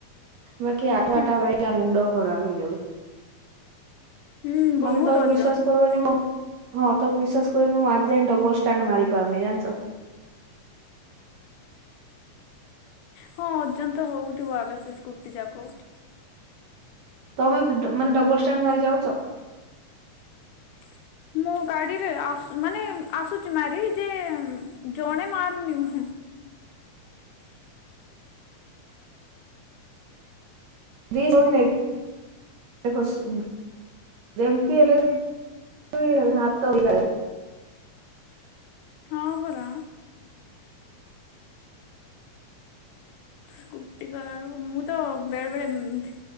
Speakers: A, on the right; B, on the left.
A: ବାକି ଆଟୁ
B: ହୁଁ
A: ଆଟା ଭାଇଲା ମୁଣ୍ଡ ଖରାପ୍ ହେଇ ଯାଉଛି।
B: ହୁଁ ବହୁତ
A: ମାନେ ତମେ
B: ଓଜନ
A: ବିଶ୍ଵାସ୍ କର୍ବନେଇଁ ମ ହଁ ତମେ ବିଶ୍ୱାସ କରିବନି ମୁଁ ଆଜି ଯାଏଁ ଡବଲ୍ ଷ୍ଟାଣ୍ଡ ମାରି ପାରୁନେଇଁ ଜାଣିଚ?
B: ହଁ ଓଜନ୍ ତ ହୋଉଥିବ ଆଗ ସେ ସ୍କୁଟି ଟାକୁ।
A: ତମେ ଡ ମାନେ ଡବଲ୍ ଷ୍ଟାଣ୍ଡ ମାରି ଜାଣୁଚ?
B: <inaudible> ମୋ ଗାଡିରେ ଆସୁ ମାନେ ଆସୁଛି ମାରି ଯେ ଜଣେ ମାରୁନି ମୁଁ।
A: ଦି ସୋଉଣୀ ନେଇ ଦେଖ ସ୍ ଯେମ୍ତି
B: ହୁଁ
A: ହେଲେ ଉଇ ହା ଭାତ ବି ଗାଳୁ
B: ହଁ ପରା। ସ୍କୁୁଟି କଲା ବେଳୁକୁ ମୁଁ ତ ବେଳେ ବେଳେ ଏମ୍